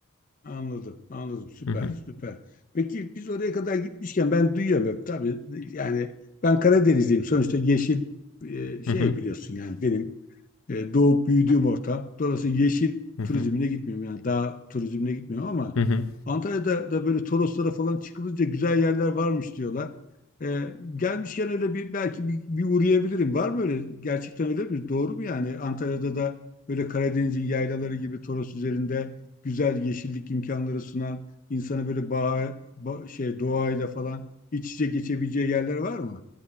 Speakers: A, on the left; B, on the left.
A: Anladım, anladım. Süper,
B: Hı hı.
A: süper. Peki biz oraya kadar gitmişken ben duyuyorum tabii yani ben Karadenizliyim. Sonuçta yeşil e, şey
B: Hı hı.
A: biliyorsun yani benim e, doğup büyüdüğüm ortam. Dolayısıyla yeşil
B: Hı hı.
A: turizmine gitmiyorum. Yani dağ turizmine gitmiyorum ama
B: Hı hı.
A: Antalya'da da böyle Toroslara falan çıkılınca güzel yerler varmış diyorlar. E, gelmişken öyle bir belki bir, bir uğrayabilirim. Var mı öyle? Gerçekten öyle mi? Doğru mu yani? Antalya'da da böyle Karadeniz'in yaylaları gibi Toros üzerinde güzel yeşillik imkanları sunan insana böyle bağ, ba- şey doğayla falan iç içe geçebileceği yerler var mı?